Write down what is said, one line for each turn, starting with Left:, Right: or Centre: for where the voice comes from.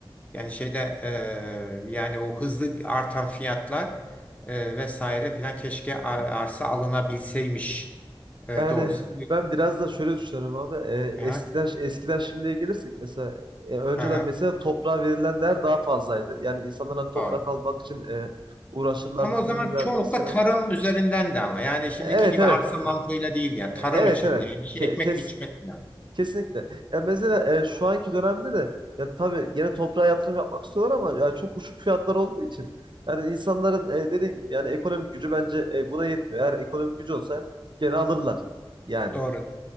Left: Yani şeyde e, yani o hızlı artan fiyatlar e, vesaire filan keşke ar-
Right: Evet.
Left: arsa alınabilseymiş e,
Right: Yani
Left: doğrusu.
Right: ben biraz da şöyle düşünüyorum abi. Ee,
Left: Aha,
Right: eskiden eskiden şimdiye gelirsek mesela e, önceden
Left: aha,
Right: mesela toprağa verilen değer daha fazlaydı. Yani insanlar hani toprak
Left: doğru.
Right: almak için e, uğraşırlar
Left: Ama
Right: didinirlerdi
Left: o zaman çoğunlukla
Right: mesela.
Left: tarım üzerinden de ama yani şimdiki
Right: Evet
Left: gibi
Right: evet.
Left: arsa
Right: E,
Left: mantığıyla değildi yani
Right: Evet
Left: tarım içindi
Right: evet.
Left: yani bir şey
Right: Ke-
Left: ekmek
Right: Kes,
Left: biçmek falan.
Right: Kesinlikle. Ya mesela e, şu anki dönemde de ya tabii gene toprağa yatırım yapmak istiyorlar ama ya çok uçuk fiyatlar olduğu için yani insanların e, dediğim gibi yani ekonomik gücü bence e, buna yetmiyor. Eğer ekonomik gücü olsa gene alırlar. Yani
Left: Doğru.